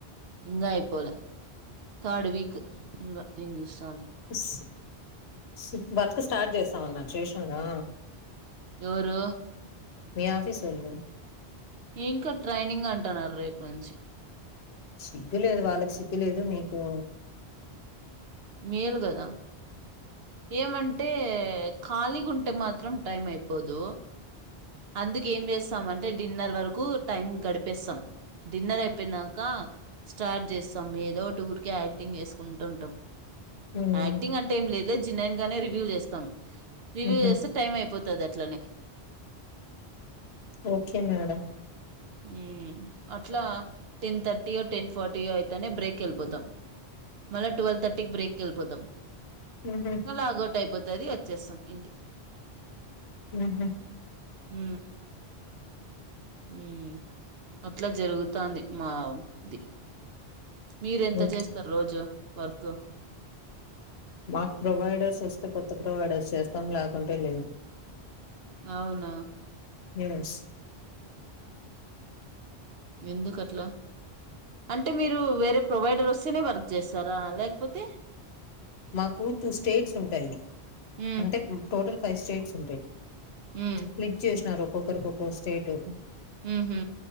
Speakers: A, on the right (about 65°); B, on the left (about 70°).
A: ఇంగ అయిపోలే తడ్ వీక్ ఇంగ చూస్
B: స్ వర్క్ స్టార్ట్ చేస్తామన్న చేశానా
A: ఎవరు
B: మీ ఆఫీసొళ్ళు
A: ఇంకా ట్రైనింగ్ అంటున్నారు రేపనుంచి
B: సిగ్గు లేదు వాళ్ళకి సిగ్గు లేదు మీకు
A: మేల్ కదా ఏమంటే ఇ ఖళీగుంటే మాత్రం టైమైపోదు అందుకే ఏం చేస్తాం అంటే డిన్నర్ వరకు టైం గడిపేస్తాం డిన్నర్ అయిపోయినాకా స్టార్ట్ చేస్తాం ఏదో టూర్ కె యాక్టింగ్ చేసుకుంటుంటాం
B: హ్మ్.
A: యాక్టింగ్ అంటే ఏం లేదులే జిన్నన్ గానే రివ్యూ చేస్తాం రివ్యూ
B: హుహు.
A: చేస్తే టైం అయిపోతు ది అట్లనే
B: ఓకే మేడం
A: ఉ అట్లా టెన్ థర్టీయో టెన్ ఫార్టీయో అయితేనే బ్రేక్ వెళ్ళిపోతాం మళ్ళ ట్వెల్వ్ థర్టీకి బ్రేక్కి వెళ్ళిపోతాం
B: హుహు.
A: లాగౌట్ అయిపోతది వచ్చేస్తాం ఇంటికి
B: ఉహ్
A: ఉ ఉ అట్లా జరుగుతంది మా ది మీరెంత
B: హ్మ్.
A: చేస్తారు రోజు వర్క్
B: మాకు ప్రొవైడర్స్ ఇస్తే కొత్త ప్రొవైడర్స్ చేస్తాం లేకుంటే లేదు
A: అవునా
B: ఎస్
A: ఎందుకట్ల అంటే మీరు వేరే ప్రొవైడర్ వస్తేనే వర్క్ చేస్తారా లేకపోతే
B: మాకు టూ స్టేట్స్ ఉంటాయి
A: ఉమ్
B: అంటే టోటల్ ఫైవ్ స్టేట్స్ ఉంటాయి
A: ఉమ్
B: స్ప్లిట్ చేసినారు ఒక్కరికిఒక్కో
A: ఉహు
B: స్టేట్